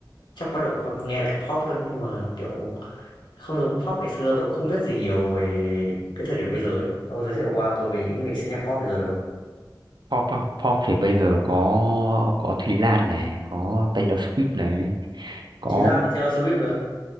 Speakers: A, on the left; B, on the right.
A: chắc bắt đầu con nghe lại pop thôi nhưng mà kiểu không giống pop ngày xưa tôi cũng không biết gì nhiều về cái thời điểm bây giờ ấy. Ông giới thiệu qua tôi về những nghệ sĩ nhạc pop bây giờ được. không?
B: pop á, pop thì bây giờ có có Thúy Lan này có Taylor Swift này có
A: Chí Lan là Taylor Swift rồi.